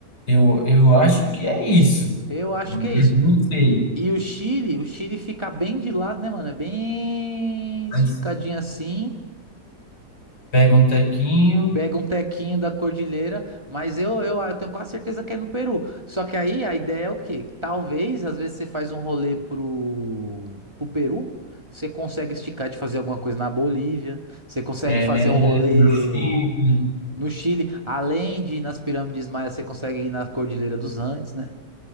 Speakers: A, on the left; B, on the right.
A: Eu, eu acho que é isso.
B: Eu acho
A: Mas
B: que é isso.
A: não sei.
B: E o Chile, o Chile fica bem de lado, né, mano? É bem esticadinho
A: Mas
B: assim.
A: pega um tequinho,
B: Pega um tequinho da cordilheira, mas eu, eu, eu tenho quase certeza que é no Peru. Só que aí a ideia é o quê? Talvez, às vezes, você faz um rolê pro, pro Peru, você consegue esticar de fazer alguma coisa na Bolívia, você consegue
A: é,
B: fazer um rolê
A: um chile.
B: no Chile, além de ir nas pirâmides maias, você consegue ir na Cordilheira dos Andes, né?